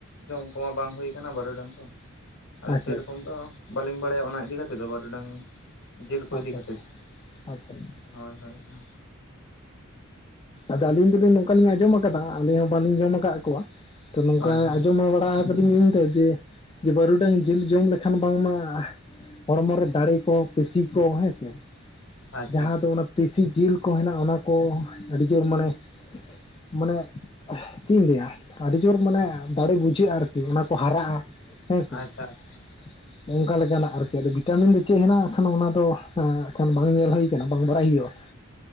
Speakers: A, on the left; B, on the left.
A: ᱡᱚᱢ ᱠᱚᱢᱟ ᱵᱟᱝ ᱦᱩᱭ ᱠᱟᱱᱟ ᱵᱟᱨᱚᱰᱟᱝ ᱠᱚ, ᱟᱫᱚ
B: ᱟᱪᱪᱷᱟ
A: ᱥᱮ ᱨᱚᱠᱚᱢ
B: ᱟᱪᱪᱷᱟ
A: ᱫᱚ ᱵᱟᱹᱞᱤᱝ ᱵᱟᱲᱟᱭᱟ ᱚᱱᱟ ᱤᱫᱤ ᱠᱟᱛᱮ ᱫᱚ᱾ ᱵᱟᱨᱩᱰᱟᱝ ᱡᱮᱞ ᱠᱚ
B: ᱟᱪᱪᱷᱟ
A: ᱤᱫᱤ ᱠᱟᱛᱮ ᱫᱚ ᱾
B: ᱟᱪᱪᱷᱟ ᱟᱪᱪᱷᱟ
A: ᱦᱳᱭ, ᱦᱳᱭ ᱦᱚᱸ᱾
B: ᱟᱫᱚ ᱟᱹᱞᱤᱧ ᱫᱚᱞᱤᱧ ᱱᱚᱝᱠᱟᱞᱤᱧ ᱟᱸᱡᱚᱢ ᱠᱟᱫᱟ᱾ ᱟᱞᱤᱧ ᱦᱚᱸ ᱵᱟᱝᱞᱤᱧ ᱡᱚᱢ ᱟᱠᱟᱜ ᱠᱚᱣᱟ, ᱛᱚ ᱱᱚᱝᱠᱟ
A: ᱦᱳᱭ ᱦᱳᱭ
B: ᱟᱸᱡᱚᱢ ᱦᱚᱸ ᱵᱟᱲᱟ ᱠᱟᱫᱤᱧ ᱤᱧ ᱫᱚ ᱡᱮ ᱵᱟᱹᱨᱩᱰᱟᱝ ᱡᱤᱞ ᱡᱚᱢ ᱞᱮᱠᱷᱟᱱ ᱵᱟᱝ ᱢᱟ ᱦᱚᱲᱢᱚ ᱨᱮ ᱫᱟᱲᱮ ᱠᱚ, ᱯᱮᱥᱤ ᱠᱚ ᱦᱮᱸᱥᱮ᱾
A: ᱟᱪᱪᱷᱟ
B: ᱡᱟᱦᱟᱸ
A: ᱟᱪᱪᱷᱟ
B: ᱫᱚ ᱚᱱᱟ ᱯᱮᱥᱤ ᱡᱤᱞ ᱠᱚ ᱦᱮᱱᱟᱜᱼᱟ, ᱚᱱᱟ ᱠᱚ ᱟᱹᱰᱤ ᱡᱳᱨ ᱢᱟᱱᱮ ᱢᱟᱱᱮ ᱪᱮᱫ ᱤᱧ ᱞᱟᱹᱭᱼᱟ, ᱟᱹᱰᱤ ᱡᱳᱨ ᱢᱟᱱᱮ ᱫᱟᱲᱮ ᱵᱩᱡᱷᱟᱹᱜᱼᱟ᱾ ᱟᱨ ᱚᱱᱟ ᱠᱚ ᱦᱟᱨᱟᱜᱼᱟ ᱦᱮᱸᱥᱮ
A: ᱟᱪᱪᱷᱟ
B: ᱾
A: ᱟᱪᱪᱷᱟ
B: ᱚᱝᱠᱟ ᱞᱮᱠᱟᱱᱟᱜ ᱟᱨᱠᱤ, ᱟᱫᱚ ᱵᱷᱤᱴᱟᱢᱤᱱ ᱫᱚ ᱪᱮᱜ ᱦᱮᱱᱟᱜᱼᱟ? ᱠᱷᱚᱱ ᱚᱱᱟ ᱫᱚ ᱦᱟᱸᱜ ᱠᱷᱚᱱ ᱵᱟᱝ ᱧᱮᱞ ᱦᱩᱭ ᱠᱟᱱᱟ, ᱵᱟᱝ ᱵᱟᱲᱟᱭ ᱦᱩᱭᱩᱜᱼᱟ ᱾